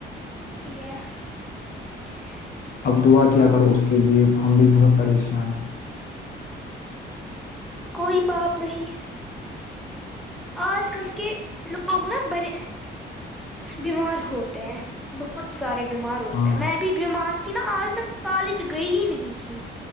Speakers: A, in the centre; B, on the left (about 45°).
A: <unintelligible>
B: اب دعا کیا کرو اس کے لیے ہم بھی بہت پریشان ہیں
A: کوئی بات نہیں آج کل کے لوگ نا بڑے بیمار ہوتے ہیں بہت سارے بیمار ہوتے
B: ہاں
A: ہیں میں بھی بیمار تھی نا آج میں کالج گئی ہی نہیں تھی